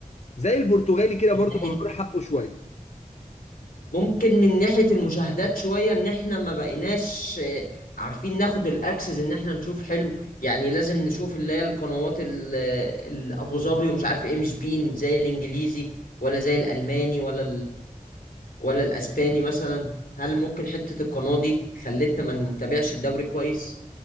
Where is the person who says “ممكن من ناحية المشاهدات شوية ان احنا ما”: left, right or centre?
Left